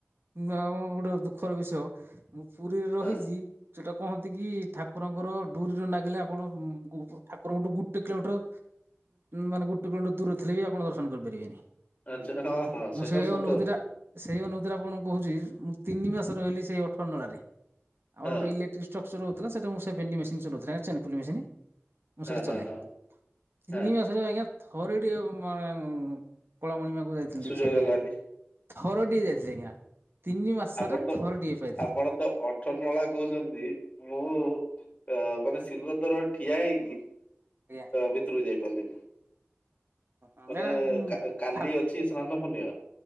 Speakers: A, on the right; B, on the left.
A: ନା ମ ଗୋଟେ ଦୁ ଦୁଃଖର ବିଷୟ ମୁଁ ପୁରୀରେ ରହିଛି,
B: ହଁ
A: ଯୋଉଟା କୁହନ୍ତି କି ଠାକୁରଙ୍କର ଡୁରିରେ ନ ନାଗିଲେ ଆପଣ କଣ ଠାକୁରଙ୍କଠୁ ଗୋଟେ କିଲୋମିଟର ମାନେ ଗୋଟେ କିଲୋମିଟର ଦୂର ଥିଲେ, ବି ଆପଣ ଦର୍ଶନ କରିପାରିବେନି।
B: ଆଚ୍ଛା ହଁ ହଁ
A: ମୁଁ
B: ସେଟା
A: ସେଇ
B: ସତ
A: ଅନୁଭୂତି
B: କଥା
A: ଟା ସେଇ ଅନୁଭୂତି ଟା କଣ କହୁଛି? ମୁଁ ତିନି ମାସ ରହିଲି ସେଇ ଅଠର ନଳାରେ। ଆମର
B: ହଁ
A: ଗୋଟେ ଇଲେକ୍ଟ୍ରିକ ଷ୍ଟକ୍ରଚର ସେଟା ମୁ <unintelligible> ମେସିନ୍ ଚଉଥିଲି ଆଜ୍ଞା ଚେନ୍ପୁଲି ମୁଁ
B: ହଁ
A: ସେଇଟା
B: ହଁ
A: ଚଲାଏ।
B: ହଁ।
A: ତିନି
B: ହଁ
A: ମାସରେ ଆଜ୍ଞା ଥରେ ଟିକେ ମାନେ କଳାମଣିମା ଯାଇଥିଲି
B: ସୁଯୋଗ
A: ଦେଖିବା ପାଇଁ
B: ହେଲାନି
A: ଥରଟିଏ ଯାଇଥିଲି ଆଜ୍ଞା ତିନି ମାସରେ
B: ଆପଣ ତ
A: ଥରଟିଏ ପାଇଥିଲି
B: ଆପଣ ତ ଅଠର ନଳା କହୁଛନ୍ତି ମୁଁ ଅ ମାନେ ସିଂହଦୁରାର ଠିଆ ହେଇକି
A: ଆଜ୍ଞା।
B: ଭିତରକୁ ଯାଇ ପାରିଲିନି।
A: ଆଜ୍ଞା
B: ମାନେ କାଲି
A: ଠା
B: ଅଛି ସ୍ନାନ ପୂର୍ଣ୍ଣିମା